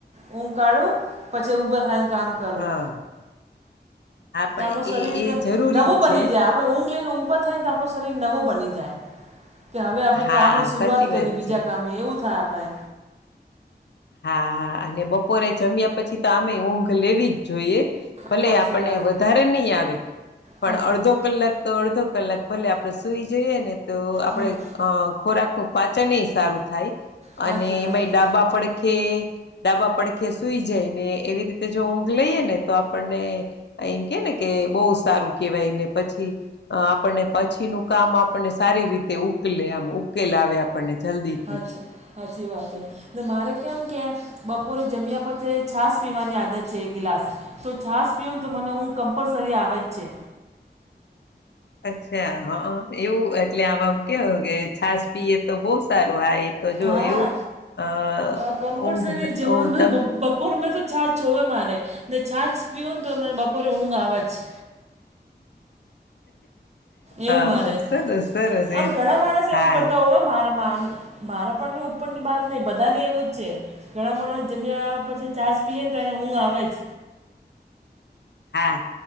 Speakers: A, on the right; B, on the left.
A: ઊંઘ કાઢું, પછી ઊભા થઈને કામ કરું.
B: હા પણ
A: તો આપણો શરીર
B: એ એ જરૂરી
A: નવો બની
B: જ છે
A: જાય, આપણે ઊંઘ લઈને ઊભા થઈને તો આપણો શરીર નવો બની જાય. કે હવે આપણે
B: હા
A: કામ ની શુરૂઆત
B: સાચી વાત
A: કરીએ બીજા
B: છે
A: કામની, એવું થાય આપણે.
B: હા હા અને બપોરે જમ્યા પછી તો આમે ઊંઘ લેવી જ જોઈએ. ભલે
A: સાચી
B: આપણને
A: વાત
B: વધારે નહીં આવે, પણ
A: હા
B: અડધો કલાક તો અડધો કલાક ભલે આપ આપણે સુઈ જઈએ ને તો આપડે
A: હમ
B: અહ ખોરાક નું પાચન એય સારું થાય.
A: સાચી
B: અને
A: વાત
B: એમાંય ડાબા ફડખે ડાબા પડખે સુઈ જાય ને એવી રીતે જો ઊંઘ લઈએ ને તો આપણને એમ કે ને કે બહુ સારું કેવાયને, પછી અહ આપણને પછી નું કામ આપણને સારી રીતે ઉકલે આમ ઉક કેલ આવે આપણને જલ્દીથી.
A: હાચી હાચી વાત છે. ને મારે કેમ કે બપોરે જમ્યા પછી છાશ પીવાની આદત છે એક ગ્લાસ. તો છાશ પીઉં ને તો મને ઊંઘ કમ્પલસરી આવે જ છે.
B: અચ્છા, હં, એવું એટલે આમાં કેવું કે છાશ પીએ તો બહુ સ સારું. હા એ તો જો
A: હા
B: એવું અહ
A: અ કમ્પલસરી
B: ઊંઘ
A: જમવામાં
B: ઓ તમ
A: બ બપોર મે તો છાછ જોવે મારે, ને છાછ પીઉં ને તો મને બપોરે ઊંઘ આવે જ. એવું
B: હા
A: મારે.
B: સરસ સરસ
A: આમ
B: એ
A: ઘણા માણસ એવું
B: હા
A: કરતા હોય હો મારે માન મારા પણ ની ઉપરની બાત નહીં બધા ને એવું જ છે. ઘણા માણસ જમ્યા પછી છાસ પીએ ને તો એને ઊંઘ આવે જ.
B: હા